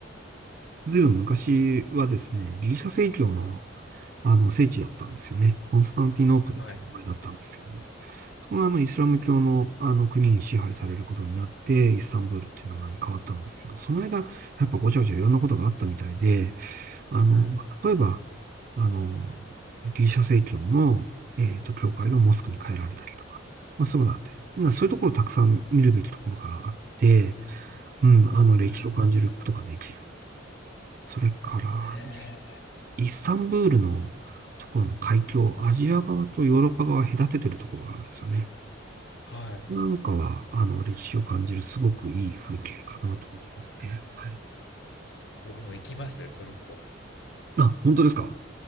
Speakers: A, on the right; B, on the left.
A: ずいぶん昔はですね、ギリシャ正教の、あの、聖地だったんですよね。コンスタンティノープルっていう名前だったんですけども。
B: はい。
A: そのあのイスラム教のあの国に支配されることになって、イスタンブールっていう名前に変わったんですけど、その間、やっぱごちゃごちゃいろんなことがあったみたいで、あの、
B: うん。
A: まあ例えば、あの、ギリシャ正教の、えっと、教会がモスクに変えられたりとか、まあ、そういうことがあって、なそういうところたくさん見るべきところがあって、うん、あの、歴史を感じることができる。
B: うん。
A: それから、
B: へえ、
A: イスタンブールのところの海峡、アジア側とヨーロッパ側隔ててるところがあるんですよね。
B: はい。
A: なんかは、あの、歴史を感じるすごくいい風景かなと思いますね。はい。
B: 僕も行きますよ、トルコ。
A: あ、本当ですか